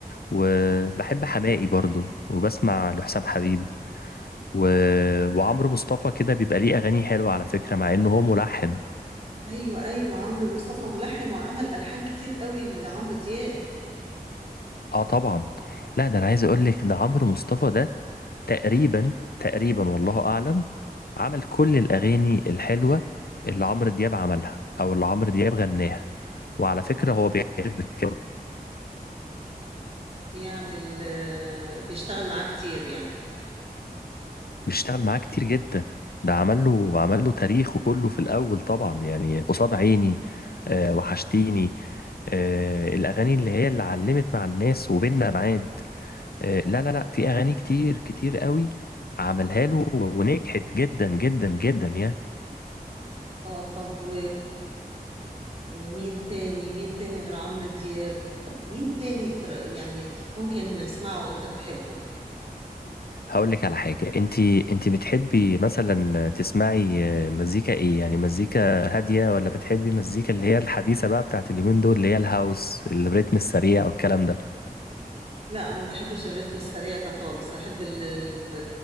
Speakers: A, on the left; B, on the right.
A: وبحب حماقي برضو وبسمع لحسام حبيب و... وعمرو مصطفى كده بيبقى ليه أغاني حلوة على فكرة مع إنه هو ملحن
B: ايوه ايوه عمرو مصطفى ملحن وعمل الحان كتير قوي لعمرو دياب
A: اه طبعا لا ده انا عايز اقول لك ده عمرو مصطفى ده تقريبا تقريبا والله اعلم عمل كل الاغاني الحلوه اللي عمرو دياب عملها او اللي عمرو دياب غناها وعلى فكره
B: طب
A: هو بيعرف بكده
B: بيعمل آه، بيشتغل معاه كتير يعني
A: بيشتغل معاه كتير جدا ده عمل له عمل له تاريخه كله في الاول طبعا يعني قصاد عيني آه وحشتيني آه الاغاني اللي هي اللي علمت مع الناس وبيننا معاد آه، لا لا لا في اغاني كتير كتير قوي عملها له ونجحت جدا جدا جدا يعني
B: اه طب و... ومين تاني مين تاني غير عمرو دياب مين تاني تر... يعني ممكن نسمعه وانت بتحبه
A: هقول لك على حاجه انت انت بتحبي مثلا تسمعي آه، مزيكا ايه يعني مزيكا هاديه ولا بتحبي مزيكا اللي هي الحديثه بقى بتاعت اليومين دول اللي هي الهاوس الريتم السريع والكلام ده
B: لا ما بحبش الريتم السريع ده خالص احب ال... ال... ال-